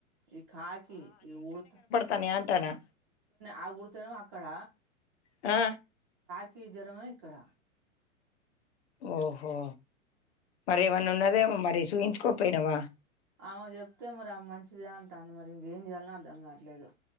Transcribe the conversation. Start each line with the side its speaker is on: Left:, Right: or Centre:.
Right: ఈ కాకి ఈ ఊడత
Left: తనే అంటానా
Right: ఆ ఊడితేనేమో అక్కడ
Left: ఆ
Right: క జ్వరమా ఇక్కడ
Left: ఓహో మరి ఏమన్న ఉన్నదే మరి చూపించుకోపోయినావ
Right: ఆమె చెప్తే మరి ఆ మంచిదే అంటుంది మరి ఇంకేం చేయాలలో అర్థం కావట్లేదు